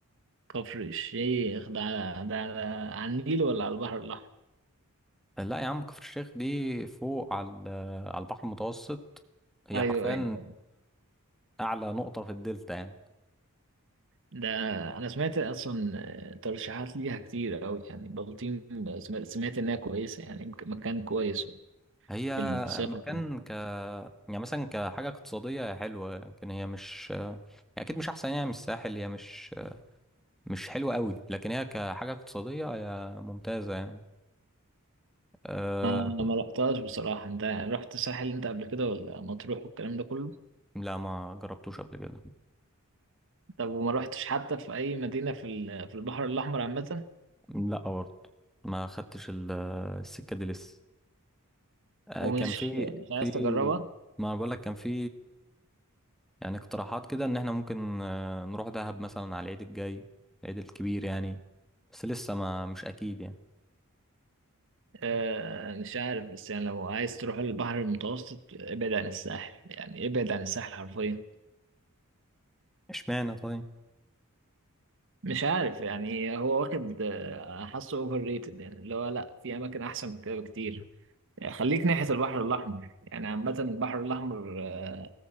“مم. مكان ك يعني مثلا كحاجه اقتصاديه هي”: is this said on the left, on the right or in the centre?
Centre